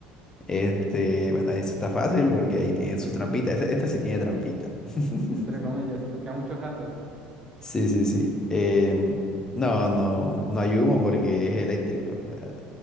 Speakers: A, on the left (about 20°); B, on the right (about 25°).
A: Este, bueno, eso está fácil porque ahí tiene su trampita. Ese- Esta, sí tiene trampita. <laughs>
B: Entre comillas, sí, porque hay muchos datos.
A: Sí, sí, sí. Em, no, no, no hay humo porque es eléctrico. o sea,